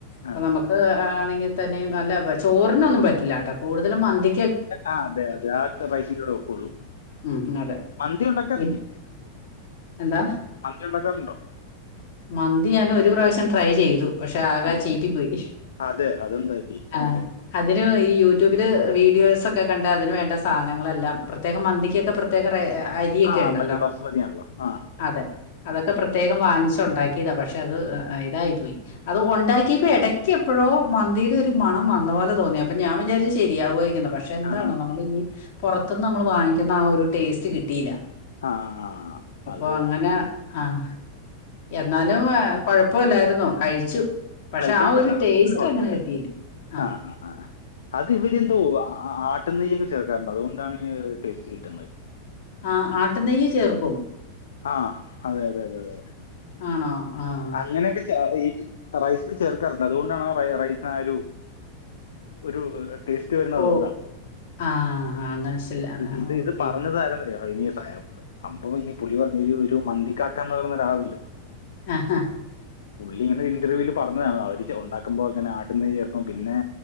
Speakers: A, on the left; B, on the left.
A: അപ്പ
B: ആ
A: നമ്മക്ക്. ത് ആണെങ്കിൽ തന്നെ നല്ല ചോറിനൊന്നും പറ്റില്ലട്ടോ കൂടുതലും മന്തി
B: ആഹ് അതെ രാൽത്തെ പൈസീകൂടെ ഒക്കുള്ളൂ.
A: ഉം അതെ
B: മന്തി ഉണ്ടാക്കാർണ്ട്
A: പിന്നെ എന്താ
B: മന്തി ഉണ്ടാക്കാറുണ്ടോ?
A: മന്തി ഞാന് ഒരു പ്രാവശ്യം ട്രൈ ചെയ്തു. പക്ഷെ ആകെ
B: ആ,
A: ചീറ്റി പോയി
B: അതെ അതെന്താ പറ്റി
A: ആഹ്.
B: ഏഹ്.
A: അതില് ഈ യൂട്യൂബില് വീഡിയോസെക്കെ കണ്ടാ അതിന് വേണ്ട സാധനങ്ങളെല്ലാം പ്രത്യേക മന്തിക്കൊക്കെ പ്ര പ്രത്യേക അരിയെക്കെ
B: ആ
A: ഇണ്ടല്ലോ
B: മറ്റേ ബസ്മതി ആണല്ലോ ആ
A: അതെ അതൊക്കെ
B: ഉം.
A: പ്രത്യേകം വാങ്ങിചെണ്ടാക്കി ഇതാ പഷെ അത് തായിപോയി. അത് ഉണ്ടാക്കിയപ്പോ എടയ്ക്ക് എപ്പഴോ മന്തീടെ ഒരു മണം വന്ന പോലെ തോന്നി അപ്പൊ ഞാ വിചാരിച്ചു ശരിയാവെയ്ക്കെന്ന് പഷെ എന്താണോ
B: ആഹാ.
A: നമ്മള് ഈ പൊറത്ത്ന്ന് നമ്മൾ വാങ്ങിക്കുന്ന ആ ഒരു ടേസ്റ്റ് കിട്ടീല.
B: ആ ആ, ആ.
A: അപ്പൊ
B: അത്
A: അങ്ങനെ ആഹ് എന്നാലും കൊഴപ്പല്ലായിരുന്നു കഴിച്ചു. പഷെ
B: കഴിക്കാൻ
A: ആ
B: പറ്റില്ല
A: ഒരു ടേസ്റ്റ്
B: അതൊരു കുഴപ്പമില്ല
A: അങ്ങനെ കിട്ടീല ആഹ്
B: ആ ആ, ആ. അത് ഇവരെന്തോ ആട്ട് നെയ്യൊക്കെ ചേർക്കാറ്ണ്ട് അതുകൊണ്ടാണ് ടേസ്റ്റ് കിട്ടുന്നത്.
A: ആഹ് ആട്ട് നെയ്യ് ചേർക്കും.
B: ആഹ് അതെ അതെ അതെ.
A: ആണോ ആഹ്.
B: അങ്ങനെയൊക്കെ ചേ ഇ റൈസില് ചേർക്കാറുണ്ട് അതോണ്ടാണ് ആ റൈസിന് ആ ഒരു ഒരു ടേസ്റ്റ് വരുന്നതതോണ്ടാ.
A: ഓ ആ ആ മനസ്സില്ല
B: ഇത്
A: ആ
B: ഇത്
A: ഓക്കെ
B: ഇത് പറഞ്ഞതാരാന്നറിയോ ഇനിയ സായം. സംഭവം ഇനി പുളളി പറഞ്ഞൊരു മന്തി കാക്കാന്ന് പറയുന്നൊരാളുണ്ട്.
A: ആഹ് ആഹ്
B: പുള്ളി ഇങ്ങനെ ഒരിന്റർവ്യൂല് പറഞ്ഞതാണ് അവര്ണ്ടാക്കുമ്പോ ഇങ്ങനെ ആട്ട് നെയ്യ് ചേർക്കും പിന്നെ.